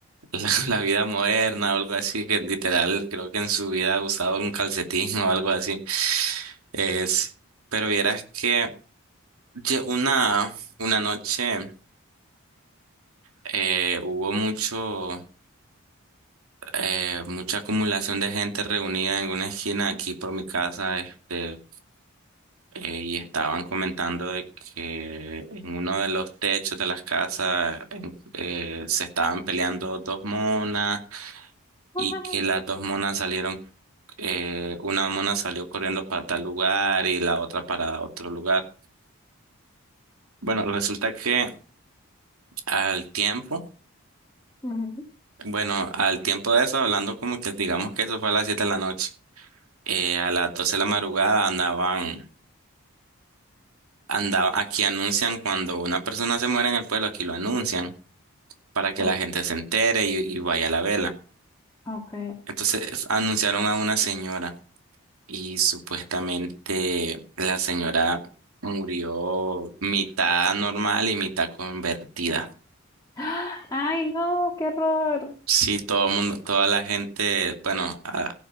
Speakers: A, on the right (about 85°); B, on the left (about 15°).
A: la, <laughs> la vida moderna o algo así, que literal creo que en su vida ha usado un calcetín o algo así. Es, pero vieras que lle- una, una noche eh, hubo mucho, eh, mucha acumulación de gente reunida en una esquina aquí por mi casa, este eh, y estaban comentando de que en uno de los techos de las casas en- eh, se estaban peleando dos monas
B: Ay.
A: y que las dos monas salieron, eh, una mona salió corriendo para tal lugar y la otra para otro lugar. Bueno, resulta que al tiempo,
B: Ujú.
A: bueno, al tiempo de eso, hablando como que digamos que eso fue a las 7 de la noche, eh, a las 12 de la madrugada andaban, andaban, aquí anuncian cuando una persona se muere en el pueblo, aquí lo anuncian. para que
B: Oh,
A: la gente se entere y, y vaya a la vela.
B: ok.
A: Entonces anunciaron a una señora y supuestamente la señora murió mitad normal y mitad convertida.
B: ¡Ah! Ay, no, qué horror.
A: Sí, todo mundo, toda la gente, bueno, a-